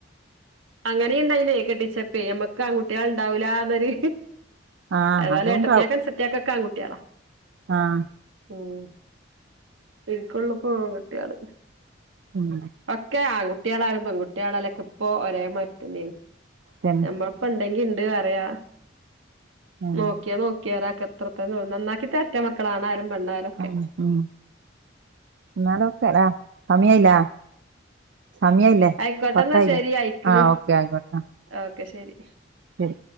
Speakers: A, on the right (about 90°); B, on the right (about 65°).
A: അങ്ങേനിം ഇണ്ടായ്നെ കെട്ടിച്ചെപ്പേ നമ്മക്ക് ആൺകുട്ടികൾ ഉണ്ടാവൂലാന്നൊരു
B: ആഹ്
A: ഏതായാലും
B: അതുണ്ടാവും
A: ഏട്ടത്തിയാക്കു സത്യാക്കൊക്കെ ആൺകുട്ടിയോളാ
B: ആഹ്
A: ഉം എനിക്കുള്ളു ഇപ്ഫൊ മൂന്ന്ട്ട്യേള്
B: ഉം
A: ഒക്കെ ആൺകുട്ടികളാരും പെൺകുട്ടികളല്ലൊക്കെ ഇപ്പോ ഒരേമാരി തന്നെയാണ്
B: തന്നെ
A: നമ്മ ഇപ്പണ്ടെങ്കിണ്ട് പറയാം
B: ഉം
A: നോക്കിയാ നോക്കി അത്രതെന്നൊള്ളു നന്നാക്കി തെരട്ടെ മക്കളാണായാലും പെണ്ണായാലും ഒക്കെ
B: ഉം ഉം എന്നതോക്കെ സമയായില്ലെ സമയ ഇല്ലേ
A: ആയിക്കോട്ടെന്നാ
B: പത്തായില്ല
A: ശരി അയിക്കണ്
B: ആഹ് ഓക്കെ ആയിക്കോട്ടെ
A: ഓക്കെ ശെരി
B: ശെരി